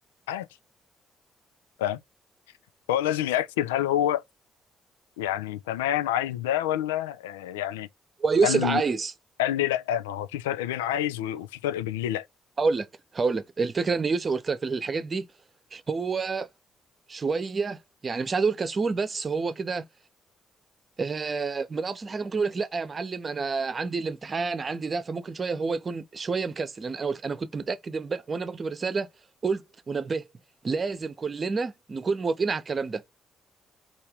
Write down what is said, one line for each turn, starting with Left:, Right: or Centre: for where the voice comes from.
Left: عادي فاهم؟ فهو لازم يأكد هل هو يعني تمام عايز ده ولا آه، يعني
Right: هو يوسف
Left: قال
Right: عايز
Left: قال لي لا ما هو في فرق بين عايز و- وفي فرق بين ليه لا
Right: هقول لك هقول لك الفكره ان يوسف قلت لك في الحاجات دي هو شويه يعني مش عايز اقول كسول بس هو كده آه، من ابسط حاجه ممكن يقول لك لا يا معلم انا عندي الامتحان عندي ده فممكن شويه هو يكون شويه مكسل لان انا قلت انا كنت متاكد امبارح وانا بكتب الرساله قلت ونبهت لازم كلنا نكون موافقين على الكلام ده